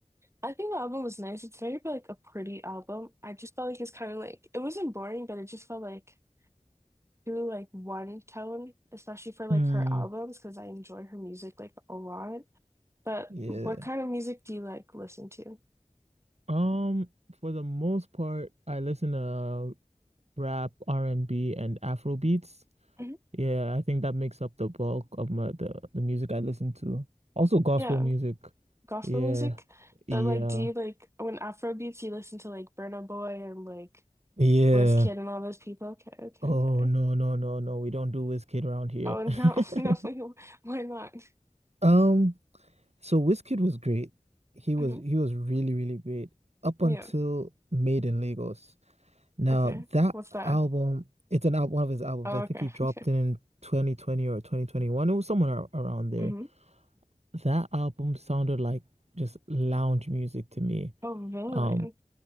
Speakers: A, on the right; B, on the right.
A: I think the album was nice. It's very like a pretty album. I just felt like it's kind of like it wasn't boring, but it just felt like too like one tone, especially for like
B: Mm,
A: her albums, because I enjoy her music like a lot. But
B: yeah.
A: what kind of music do you like listen to?
B: Um, for the most part, I listen to rap, R&B, and B, and Afro beats.
A: Mhm.
B: Yeah, I think that makes up the bulk of my the, the music I listen to. Also gospel
A: Yeah,
B: music.
A: gospel
B: Yeah.
A: music.
B: Yeah.
A: So like, do you like when Afrobeats you listen to like Burna Boy and like
B: Yeah.
A: Wizkid and all those people? Okay, okay,
B: Oh
A: okay.
B: no, no, no, no. We don't do Wizkid around here.
A: Oh, and
B: <laughs>
A: no, <laughs> no, why not?
B: Um, so Wizkid was great. He
A: Mhm.
B: was he was really, really great up
A: Yeah,
B: until Made in Lagos. Now
A: okay.
B: that
A: What's that?
B: album, it's an al one of his albums.
A: Oh,
B: I think
A: okay,
B: he dropped
A: <laughs> okay.
B: it in 2020 or 2021. It was somewhere ar- around there.
A: Mhm.
B: That album sounded like just lounge music to me.
A: Oh, really?
B: Um,